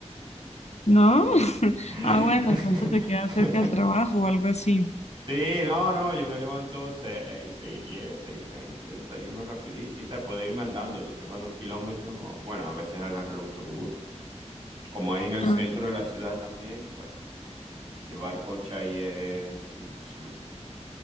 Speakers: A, on the left; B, on the right.
A: ¿no? <laughs>
B: <laughs>
A: Ah, bueno, de pronto te queda cerca del trabajo o algo así.
B: Sí, no, no, yo me levanto seis, seis diez, seis veinte, desayuno rapidito y tal. Puedo irme andando, lo tengo a dos kilómetros. Bueno, a veces agarro el autobús. o- Como es en el
A: Ah,
B: centro de la ciudad también, pues llevar coche ahí es imposible.